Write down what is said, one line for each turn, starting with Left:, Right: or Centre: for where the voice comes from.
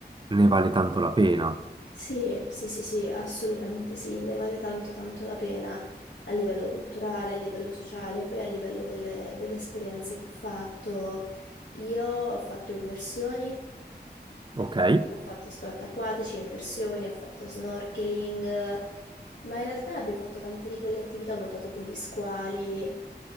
Right: ne vale tanto la pena?
Left: Sì, sì, sì, sì, assolutamente sì, ne vale tanto tanto la pena a livello culturale, a livello sociale, poi a livello delle, delle esperienze che ho fatto. Io ho fatto immersioni,
Right: Ok?
Left: ho fatto sport acquatici, immersioni, ho fatto snorkeling, ma in realtà abbiamo fatto tante di quelle attività, ho nuotato con gli squali.